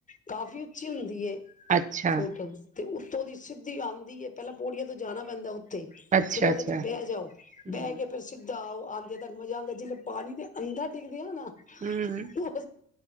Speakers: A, on the left; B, on the right.
A: ਕਾਫ਼ੀ ਉੱਚੀ ਹੁੰਦੀ ਏ
B: ਅੱਛਾ,
A: ਫੁੱਟ ਤੇ ਤੋ ਔਹਦੀ ਸਿੱਧੀ ਆਂਦੀ ਏ ਪਹਿਲਾਂ ਪੌੜੀਆਂ ਤੋਂ ਜਾਣਾ ਪੈਂਦਾ ਉੱਥੇ
B: ਅੱਛਾ,
A: ਫਿਰ ਉਹਦੇ
B: ਅੱਛਾ
A: ਚ ਬੈ ਜਾਓ
B: ਹੂੰ,
A: ਬੈ ਕੇ ਫਿਰ ਜਾ ਆਂਦੇ ਤੱਕ ਮਜ਼ਾ ਆਂਦਾ ਜਦ ਪਾਣੀ ਦੇ ਅੰਦਰ ਡਿੱਗਦੇ ਆ ਨਾ <unintelligible>
B: ਹੂੰ,